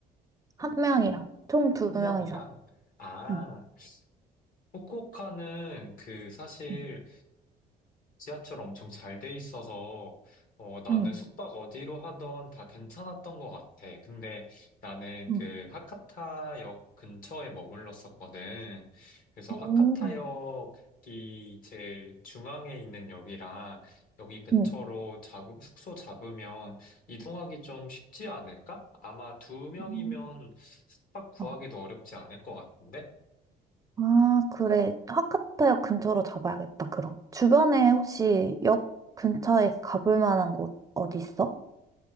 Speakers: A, on the right; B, on the left.
A: 한 명이랑. 총 두
B: 한
A: 명이서.
B: 명이랑? 아,
A: 응,
B: 후쿠오카는 그 사실
A: 응,
B: 지하철 엄청 잘 돼 있어서 어, 나는
A: 응.
B: 숙박 어디로 하던 다 괜찮았던 것 같아. 근데 나는
A: 응,
B: 그 하카타역 근처에 머물렀었거든. 그래서
A: 음,
B: 하카타역이 제일 중앙에 있는 역이라 여기 근처로
A: 응.
B: 잡, 숙소 잡으면 이동하기 좀 쉽지 않을까? 아마 두 명이면
A: 음.
B: 숙박 구하기도
A: 어,
B: 어렵지 않을 것 같은데?
A: 아, 그래. 하카타역 근처로 잡아야겠다, 그럼. 주변에 혹시 역 근처에 가볼 만한 곳 어디 있어?